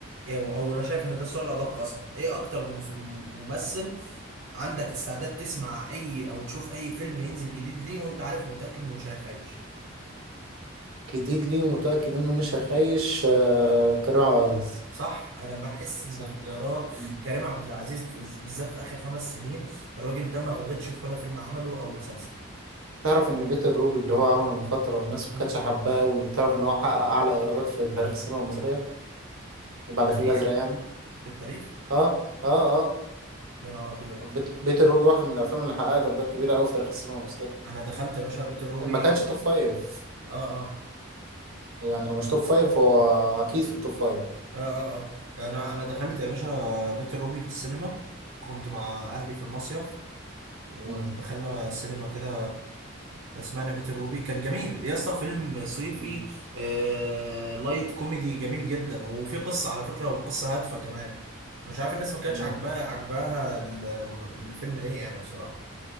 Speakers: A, on the right (about 70°); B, on the right (about 80°).
A: ايه او أو انا شايف ان ده السؤال الأدق اصلا ايه اكتر مس- ممثل عندك استعداد تسمع اي او تشوف اي فيلم ينزل جديد ليه وانت عارف ومتأكد انه مش هيخيش
B: جديد لي ومتاكد انه مش هيخيش آه، كريم عبد العزيز
A: صح انا بحس ان
B: صح
A: اختيارات
B: مم.
A: كريم عبد العزيز في- بالذات في اخر خمس سنين الراجل ده ما غلطش في ولا فيلم عمله او مسلسل
B: تعرف ان بيت الروبي اللي هو عمله من فتره والناس ما
A: مم.
B: كانتش حباه وتعرف ان هو حقق اعلى ايرادات في تاريخ السينما المصريه بعد الفيل
A: تاريخ
B: الازرق يعني
A: في التاريخ
B: اه اه أه.
A: يا نهار ابيض
B: بيت, بيت الروبي واحد من الافلام اللي حققت ايرادات كبيره قوي في تاريخ السينما المصريه
A: انا دخلت يا باشا بيت الروبي
B: إن ما كانش توب فايف
A: اه اه
B: يعني لو مش توب فايف هو اكيد في التوب فايف
A: اه اه, آه. انا انا دخلت يا باشا بيت الروبي في السينما كنت مع اهلي في المصيف ودخلنا
B: مم.
A: سينما كده اسمها بيت الروبي كان جميل يا اسطى فيلم صيفي
B: مم.
A: آه... لايت كوميدي جميل جدا وفي قصة على فكرة وقصة هادفة كمان مش عارف الناس ما كانتش
B: مم.
A: عاجباها عاجباها ال- الفيلم ليه يعني بصراحة